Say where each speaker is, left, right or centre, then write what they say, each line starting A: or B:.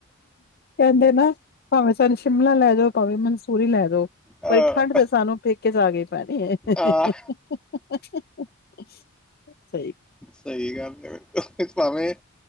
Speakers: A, on the left (about 50°); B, in the centre.
A: ਕਹਿੰਦੇ ਨਾ ਭਾਵੇਂ ਸਾਨ ਸ਼ਿਮਲਾ ਭਾਂਵੇ ਮਨਸੂਰੀ ਲੈ ਦੋ
B: ਹਾਂ
A: ਪਰ ਠੰਢ ਤੇ ਸਾਨੂੰ ਪੇਕੇ ਜਾ ਪਰੜ
B: ਹਾਂ
A: <unintelligible>
B: ਸਹੀ ਗੱਲ ਹੈ, ਭਾਵੇਂ